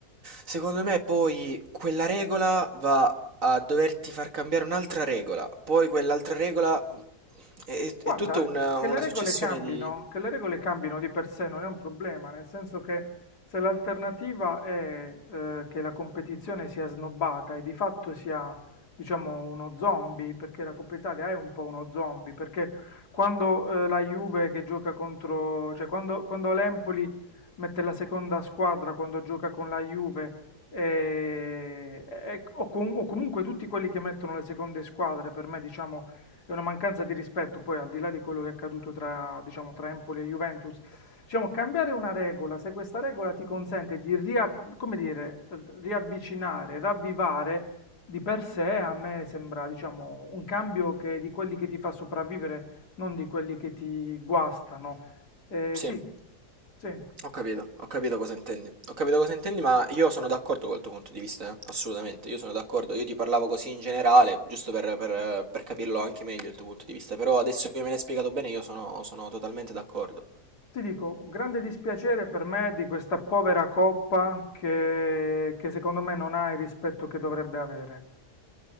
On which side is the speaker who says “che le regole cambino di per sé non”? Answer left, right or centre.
Left